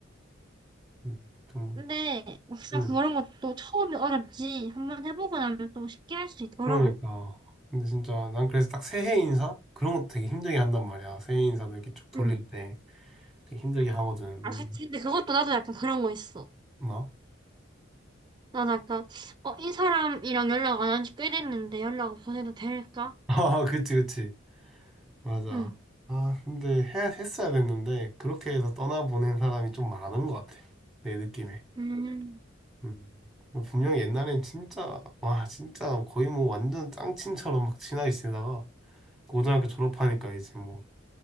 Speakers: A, in the centre; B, on the right.
A: 음, 좀
B: 근데 막상
A: 음.
B: 그런 것도 처음이 어렵지. 한 번 해보고 나면 또 쉽게 할 수 있더라고.
A: 그러니까. 근데 진짜 난 그래서 딱 새해 인사? 그런 것도 되게 힘들게 한단 말이야. 새해 인사도 이렇게 쭉 돌릴
B: 응
A: 때 되게 힘들게
B: 음.
A: 하거든.
B: 아, 그치.
A: 음,
B: 근데 그것도 나도 약간 그런 거 있어.
A: 뭐?
B: 나도 약간, 어, 이 사람이랑 연락 안 한 지 꽤 됐는데 연락을 보내도 될까?
A: <laughs> 아, 그치, 그치. 맞아.
B: 응.
A: 아, 근데 해, 했어야 됐는데 그렇게 해서 떠나보낸 사람이 좀 많은 것 같아. 내 느낌에.
B: 음.
A: 음. 뭐 분명히 옛날엔 진짜, 와, 진짜 거의 뭐 완전 짱친처럼 막 친하게 지내다가 고등학교 졸업하니까 이제 뭐,